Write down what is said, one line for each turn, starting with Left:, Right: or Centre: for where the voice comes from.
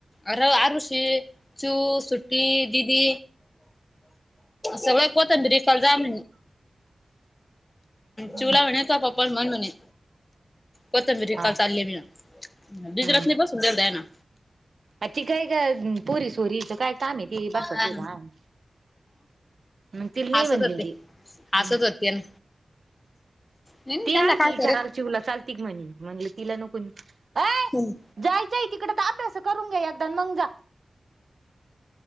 Left: अर आर स चू सुट ददी सगळ को होत रिखाल जाम
Right: हम्म.
Left: चूला म्हणे त पप्पा मन म्हणे कोथबीरी
Right: हा
Left: काल चालली मी ना द
Right: हम्म
Left: रातनी बसून देऊ द आहे ना
Right: आ ती काय का पोरी सोरीचं काय काम आहे त बसाचं
Left: हा
Right: घम म तिल नाही
Left: हसत
Right: म्हनलीी
Left: होते. हसत
Right: हम्
Left: होते ना नाही नाही
Right: ती
Left: त्यांना
Right: आल
Left: काय
Right: त वि
Left: खरं
Right: चाराला चिवला चालती क म्हणे म्हणले तिला नको अ
Left: हम्
Right: जायचं आहे तिकडे तर अभ्यास करून घ्या एकदा मग जा